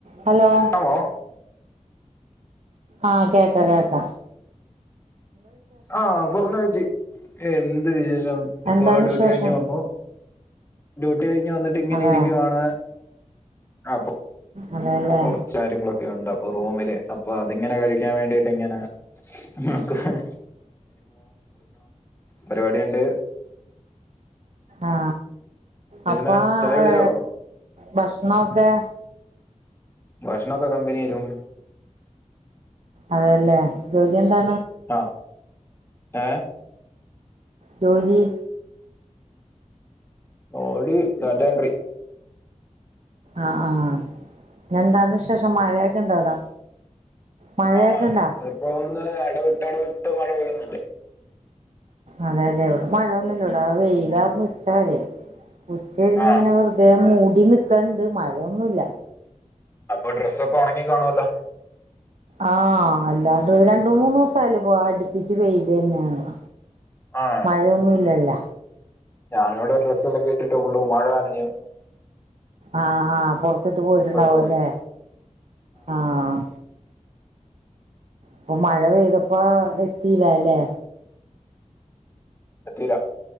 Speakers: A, on the right; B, on the left.
A: Hello
B: ക്കാമോ
A: ആ കേക്ക കേക്ക
B: ആ പർഞ്ഞോ ഏച്ചി എന്ത് വിശേ ഷം ഇപ്പോ
A: എന്താണ്
B: ഡ്യൂട്ടി
A: വിശേഷം
B: കഴിഞ്ഞ് വന്നു ഡ്യൂ ട്ടി കഴിഞ്ഞ് വന്നിട്ട് ഇങ്ങനെ
A: അതെ
B: ഇരിക്കുവാണ് അപ്പാെ
A: അതെല്ലേ
B: ഇപ്പൊ കൊറച്ചാര്യങ്ങളൊക്കെയുണ്ട് അപ്പൊ റൂമില് അപ്പൊ അതിങ്ങനെ കഴിക്കാൻ വേണ്ടീട്ടിങ്ങനെ നോക്ക്ന്ന് പരിപാടിയുണ്ട്
A: ആ
B: ചേച്ചിന്താ
A: അപ്പാ
B: ചായ
A: ഹ്
B: കുടിച്ചോ
A: ഭക്ഷ്ണൊക്കെ
B: ഭക്ഷ്ണൊക്കെ കമ്പനി തരും
A: അതേയല്ലേ ജോലി എന്താ
B: ആ ഏ
A: ജോലി
B: ജോലി ഡാറ്റാ എൻട്രി
A: ആ ആ ആ പിന്നെന്താണ് വിശേഷം? മഴയൊക്കെ ഇണ്ടോ അവിടെ? മഴയൊക്കെ
B: ആ
A: ഇണ്ടാ
B: ഇന്നിപ്പം ഇന്ന് എടവിട്ട് എടവിട്ട് മഴ പെയ്യുന്നുണ്ട്
A: അതേല്ലേ ഇവിടെ മഴയൊന്നുമില്ല ഇവിടെ വെയിലാരുന്ന് ഉച്ച വരെ. ഉച്ചതിരിഞ്ഞിങ്ങനെ
B: ആഹ്
A: വെറുതെ മൂടി ടി നിക്കൺട് മഴയൊന്നുല്ല.
B: അപ്പൊ ഡ്രസ്സൊക്കെ ഒണങ്ങി കാണുവല്ലോ
A: ആഹ് അല്ലാണ്ട് രണ്ട് മൂന്നു ദിവസായില്ലേപ്പൊ അടുപ്പിച്ച് വെയിലന്നെയാണല്ലോ
B: ആഹ്
A: മഴയൊന്നുല്ലല്ല
B: ഞാനിവിടെ ഡ്രെസ്സലക്കാട്ടിട്ട് ഫുള്ളും മഴ നനഞ്ഞു
A: ആഹ് ആഹ് പൊറത്തിട്ട് പോയിട്ടുണ്ടാവുവല്ലേ
B: പെട്ടുപോയി
A: ആഹ് ഇപ്പം മഴ പെയ്തപ്പോ ത്തീലാല്ലേ
B: പറ്റീല